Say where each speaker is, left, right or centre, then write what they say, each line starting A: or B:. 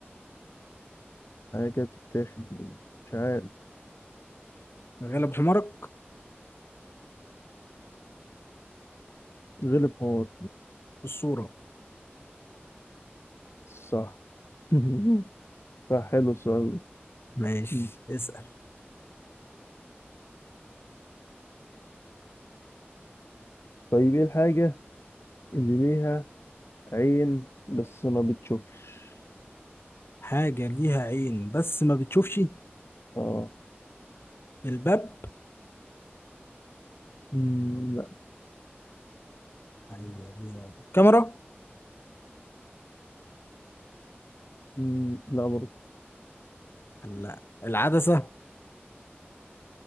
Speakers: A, on the left (about 80°); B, on the left (about 65°).
A: حاجه كده بتتاخد من- مش عارف
B: غلب حمارك
A: غلب حمار
B: الصورة
A: صح <laughs> صح حلو السؤال ده
B: ماشي
A: مم.
B: اسأل
A: طيب ايه الحاجه اللي ليها عين بس ما بتشوفش
B: حاجة ليها عين بس ما بتشوفش
A: اه
B: الباب
A: مم، لا
B: أيوة ليها عين. كاميرا
A: مم، لا برضه
B: لا العدسة